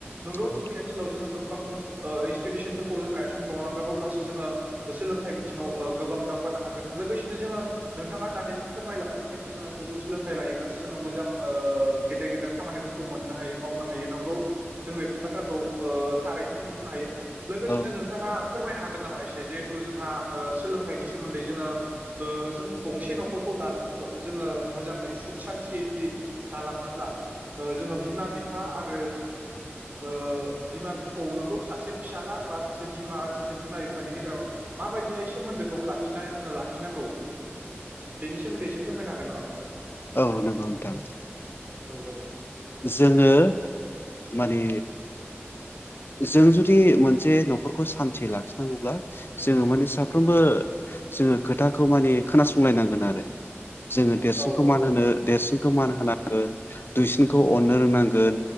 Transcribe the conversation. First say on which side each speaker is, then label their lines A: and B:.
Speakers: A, on the right; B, on the left.
A: नंगौ
B: औ
A: जोंनि ओनसोलाव जोङो गोबां जों ओ इनस्तितिउसनफोरखौ जों गायसनबावनांगोन अब्लासो जोङो सोंलोंथाय बिथिङाव ओ गोबां दावगानो हा हागोन लोगोसेनो जोङो नोंथाङा दानि बुं फोरमायलांदों जिहेथु जोङो गोजौ सोलोंथाइ लायोब्लासो जोङो मोजां ओ गेदेर - गेदेर खामानिफोर खौ मोननो हायो मावनो हायो नंगौ जों बेफोर बाथ्राखौ ओ थारैनो जों बुंनो हायो। लोगोसेनो
B: औ
A: नोंथाङा फोरमायनो हागोन नामा एसे जिहेथु जोंहा ओ सोलोंथाइनि सोमोन्दै जोङो ओ जों गंसे न'खरखौ दानो दोनबा जोङो मोजाङै सुख सान्तियै जुदि दालांनोब्ला ओ जोङो बिमा बिफा आरो ओ बिमा बिफ औ नंगौ सासे फिसाला बा सासे बिमा सासे बिमा बिफानि गेजेराव माबायदिहाय सोमोन्दोखौ लाखिनाय ओ लाखिनांगौ। बेनि सोमोन्दै एसे फोरमायनो हागोन नङा।
B: औ नंगौ नोंथां।
A: औ - औ।
B: जोङो माने जों जुदि मोनसे न'खरखौ सान्थि लाखिनांगौब्ला जोङो माने साफ्रोमबो जोङो खोथाखौ माने खोनासंलायनांगोन आरो। जोङो देरसिनखौ
A: औ
B: मान होनो देरसिनखौ मान होनांगोन दुइसिनखौ अननो रोंनांगोन।